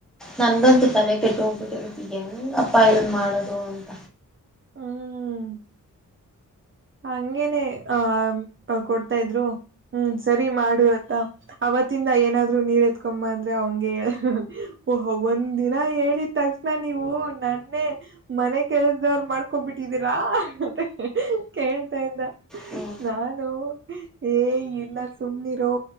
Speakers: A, in the centre; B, on the right.
A: ನನ್ಗಂತ ಕಲೆ ಕೆಟ್ಟ ಹೋಗ್ಬಿಟ್ಟಿರತಿಗಂಗ ಅಪ್ಪ ಇದ್ ಮಾಡೋದು ಅಂತ.
B: ಹ್ಮ್. ಹಂಗೇನೆ ಆ ಕೊಡ್ತಾ ಇದ್ರು ಹ್ಮ್ ಸರಿ ಮಾಡು ಅಂತ. ಅವತ್ತಿಂದ ಏನಾದ್ರು ನೀರ್ ಎತ್ಕೊಂಬ ಅಂದ್ರೆ ಅವನ್ಗೆ ಹೇಳ ಓಹ ಒಂದಿನ. ಹೇಳಿದ ತಕ್ಷಣ ನೀವು ನನ್ನೆ ಮನೆ ಕೆಲ್ಸದವ್ರು ಮಾಡ್. ಕೊಂಡು ಬಿಟ್ಟಿದ್ದೀರಾ ಅಂತ ಕೇಳ್ತಾ ಇದ್ದ
A: ಹ್ಮ್
B: ನಾನು. ಹೇ ಇಲ್ಲ ಸುಮ್ನಿರೋ